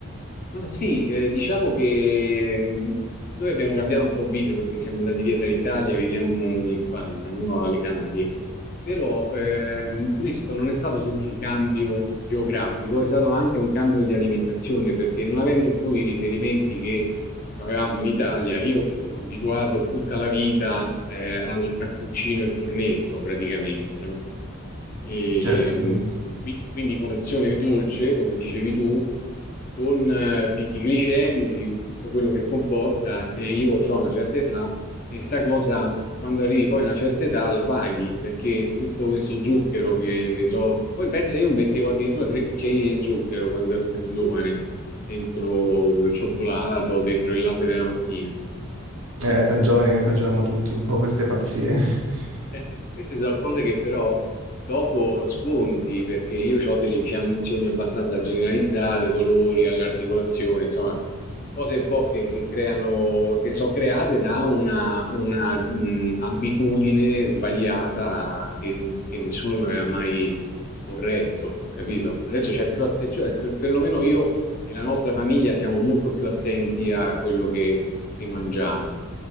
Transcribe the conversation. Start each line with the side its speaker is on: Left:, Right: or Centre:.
Left: Ma sì, eh, diciamo che mh, noi abbiamo cambiato un po' vita perché siamo andati via dall'Italia, viviamo in Spagna, no? Alle Canarie. Però, ehm, questo non è stato solo un cambio geografico, è stato anche un cambio di alimentazione, perché non avendo più i riferimenti che avevamo in Italia, io mi ero abituato tutta la vita, eh, al cappuccino e al cornetto praticamente, no? E,
Right: Certo,
Left: qui- quindi colazione dolce, come dicevi tu, con eh, picchi glicemici, con tutto quello che comporta, e io ho una certa età, e sta cosa, quando arrivi poi a una certa età, la paghi, perché tutto questo zucchero che mi so... Poi pensa, io mettevo addirittura tre cucchiaini di zucchero quando ero più giovane, dentro il cioccolato, dentro il latte della mattina.
Right: eh, da giovani ne facevamo tutti un po' queste pazzie. <laughs>
Left: Eh, queste sono cose che però dopo sconti, perché io ho delle infiammazioni abbastanza generalizzate, dolori alle articolazioni, insomma, cose un po' che, che creano, che sono create da una, una, mh, abitudine sbagliata che, che nessuno mi aveva mai corretto, capito? Adesso c'è più attenzione, per, perlomeno io e la nostra famiglia siamo molto più attenti a quello che che mangiamo.